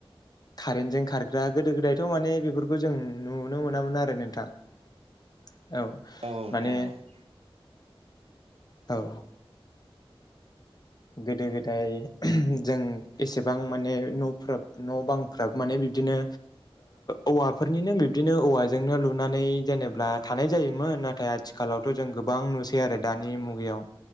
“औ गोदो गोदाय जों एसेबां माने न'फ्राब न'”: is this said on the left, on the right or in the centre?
Left